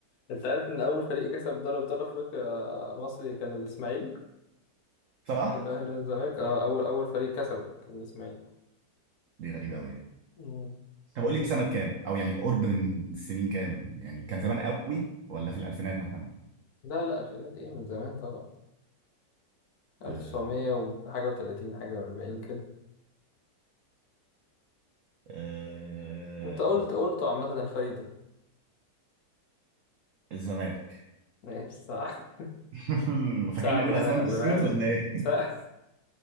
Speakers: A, on the left (about 65°); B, on the right (about 75°).
A: انت عارف ان اول فريق كسب دوري ابطال افريقيا مصري كان الاسماعيلي
B: صح؟
A: مش الاهلي والزمالك اه اول اول فريق كسبه كان الاسماعيلي
B: دي غريبه قوي
A: مم.
B: طب قول لي سنة كام او يعني قرب من السنين كام يعني كان زمان قوي ولا في الألفينات مثلا
A: لا لا الفينات ايه من زمان طبعا 1900
B: آه...
A: وحاجة و30 حاجة و40 كده
B: آه...
A: انت قلت قلت عامة الفريق ده
B: الزمالك
A: ماشي صح
B: <laughs>
A: ساعدك
B: فاكرني اقول اسمنت
A: انا خلي
B: بسيوت
A: بالك
B: ولا ايه
A: سا-